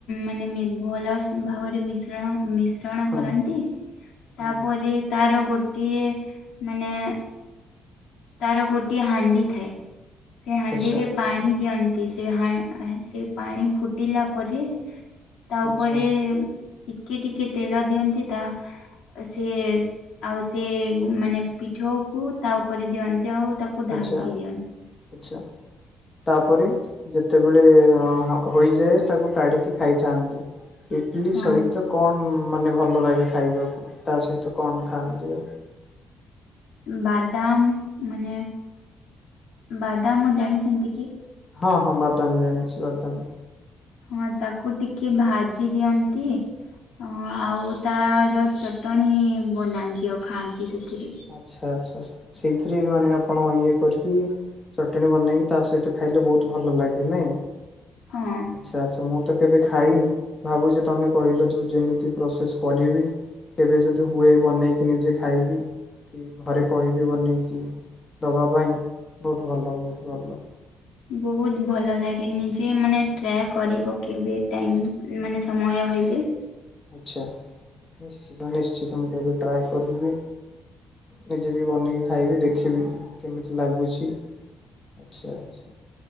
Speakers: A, on the left (about 80°); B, on the left (about 30°).
A: ମାନେ ଭଲ ଭାବରେ ମିଶ୍ରଣ ମିଶ୍ରଣ
B: ହୁଁ ହୁଁ
A: କରନ୍ତି।
B: ହୁଁ
A: ତାପରେ ତାର ଗୋଟିଏ ମାନେ ତାର ଗୋଟିଏ ହାଣ୍ଡି ଥାଏ ସେ ହାଣ୍ଡିରେ
B: ଆଚ୍ଛା
A: ପାଣି ଦିଅନ୍ତି। ସେ ହା ସେ ପାଣି ଫୁଟିଲା ପରେ। ତା ଉପରେ
B: ଆଚ୍ଛା
A: ଟିକେ ଟିକେ ତେଲ ଦିଅନ୍ତି। ତା ସେ ଆଉ ସେ ମାନେ ପିଠଉ କୁ ତା କରିଦିଅନ୍ତି ଆଉ ତାକୁ ଢାଙ୍କି
B: ଆଚ୍ଛା
A: ଦିଅନ୍ତି।
B: ଆଚ୍ଛା। ତାପରେ ଯେତେବେଳେ ହୋଇଯାଏ ତାକୁ କାଢିକି ଖାଇଥାନ୍ତି। ଇଟଲିି
A: ହଁ
B: ସହିତ କଣ? ମାନେ ଭଲ ଲାଗେ ଖାଇବାକୁ ତା ସହିତ କଣ ଖାଆନ୍ତି ଆଉ?
A: ବାଦାମ। ମାନେ ବାଦାମ ଜାଣିଛନ୍ତି କି?
B: ହଁ ହଁ ବାଦାମୀ ଜାଣିଛି ବାଦାମୀ।
A: ହଁ ତାକୁ ଟିକେ ଭାଜି ଦିଅନ୍ତି। ଅ ଆଉ ତାର ଚଟଣିୀ ବନାନ୍ତି ଆଉ ଖାଆନ୍ତି। ସେଥିରେ।
B: ଆଚ୍ଛା ଆଚ୍ଛା ସେଇଥିରେ ମାନେ ଆପଣ ଇଏ କରିକି ଚଟଣୀ ବନେଇକି ତା ସହିତ ଖାଇଲେ ବହୁତ ଭଲ ଲାଗେ ନାଇଁ
A: ହଁ।
B: ଆଚ୍ଛା ଆଛା। ମୁଁ ତ କେବେ ଖାଇନି ଭାବୁଚି ତମେ କହିଲ ଯେ ଯେମିତି ପ୍ରୋସେସ କରିବି। କେବେ ଯଦି ହୁଏ ବନେଇକି ନିଜେ ଖାଇବି। କି ଘରେ କହିବି ବନେଇକି ଦବା ପାଇଁ ବହୁତ ଭଲ ଲାଗେ ଭଲ।
A: ବହୁତ ଭଲ ଲାଗେ ନିଜେ ମାନେ ଟ୍ରାଏ କରିବ କେବେ ଟାଇମ୍ ମାନେ ସମୟ ପାଇଲେ
B: ଆଛା ନିଶ୍ଚିତ ନିଶ୍ଚିତ ମୁଁ କେବେ ଟ୍ରାଏ କରିବି। ନିଜେ ବି ବନେଇକି ଖାଇବି ଦେଖିବି କେମିତି ଲାଗୁଛି। ଆଚଛା ଆଚଛା।